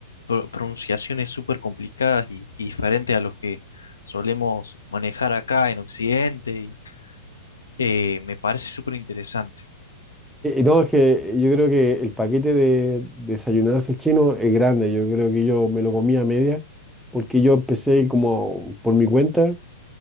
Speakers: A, on the left; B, in the centre.
A: pro- pronunciaciones súper complicadas y, y diferentes a los que solemos manejar acá en Occidente, y, eh,
B: S-
A: me parece súper interesante.
B: No, es que yo creo que el paquete de desayunarse el chino es grande. Yo creo que yo me lo comí a media, porque yo empecé como por mi cuenta